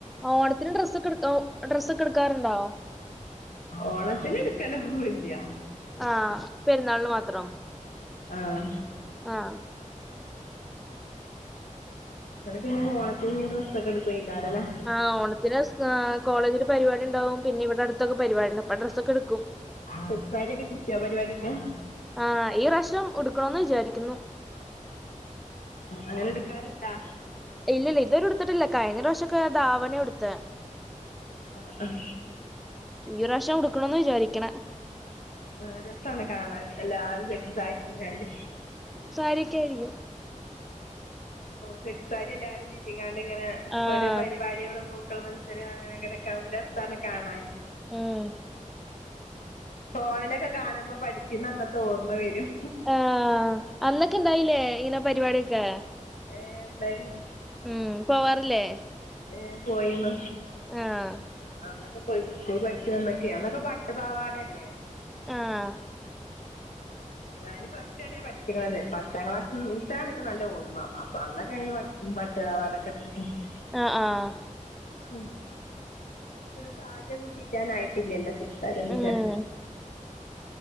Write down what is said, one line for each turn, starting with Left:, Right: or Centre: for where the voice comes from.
Centre: ഓണത്തിന് ഡ്രസ്സൊക്കെ എടുക്ക ഓ ഡ്രസ്സൊക്കെ എടുക്കാറുണ്ടോ
Left: ഓണത്തിന് എടുക്കല ഒന്നുംല്ല
Centre: ആഹ് പെരുന്നാളിന് മാത്രം
Left: ആഹ
Centre: ആഹ്
Left: നിങ്ങൾ പിന്നെ ഓണത്തി ഡ്രസ്ക്കെ എടുക്കു അയ് കാരല്ലേ?
Centre: ആ ഓണത്തി ന് കോളേജി പരിപാടി ഉണ്ടാവും പിന്നെഇവിടെ അടുത്തൊക്കെ പരിവാടിണ്ടാകുംഅപ്പൊ ഡ്രസ്സൊക്കെ ടുക്കും
Left: <inaudible> വെപ്പാരെ ഒക്കെ കിട്ടിയോ പരിപാടിക്ക്
Centre: ആഹ് ഈ പ്രാവശ്യം ഉടുക്കണോന്ന് വിചാരിക്കുന്നു
Left: അങ്ങനെ എടുക്കാറ്ണ്ടോ?
Centre: ഇല്ലില്ല ഇതുവരെ കഴിഞ്ഞ പ്രാവശ്യമൊക്കെ ധാവണിയ ഉടുത്തെ
Left: ആഹ ആഹ
Centre: ഈ പ്രാവശ്യം ഉടുക്കണന്ന് വിചാരിക്കണ
Left: ആ രസണ് കാണാൻ എല്ലാരും സെറ്റ് സാരിടുത്താണ്ട്
Centre: സാരിക്കെയിരിക്കും
Left: സെറ്റ്സാരി എല്ലാരും ചിറ്റിങ്ങാണ്ട് ഇങ്ങനോരോപരിപാടികളും
Centre: ആഹ്
Left: പോ പൂക്കൾ മത്സരം അങ്ങനെരൊക്കെ രസാണ് കാണാൻ
Centre: ഉം
Left: ഫോണിലൊക്കെ കാണുമ്പോ പഠിച്ചന്ന് അന്നത്തെ ഓർമ്മ വരും.
Centre: ആ അന്നൊക്കെ ഇണ്ടായില്ലേ ഇങ്ങനെ പരിപാടിയൊക്കെ?
Left: ഏ ണ്ടൈനി
Centre: ഉം പോവാറില്ലേ?
Left: ഏ പോയിനു
Centre: ആഹ്
Left: അന്നൊക്കെ പോയി സ്കൂൾ പഠിച്ചന്നൊക്കെയ് അന്നൊക്കെ പട്ടു പാവാടല്ലേ
Centre: ആഹ്
Left: ഞാന് പ്ലസ് റ്റു വരെ പഠിച്ചിക്ക്ണത് പത്താം ക്ലാസ്ത്താണ് ക്ക്‌ നല്ല ഓർമ്മ അപ്പൊ അന്നൊക്കെ പട്ട് പാവാട ഒക്കെ ഇട്ടിട്ട് <unintelligible>
Centre: ആഹ ആഹ
Left: ആ <unintelligible> സാരി ഒന്നും ചിറ്റാന് ആയിട്ടില്ലല്ലോ <unintelligible> ചിറ്റ
Centre: ഉം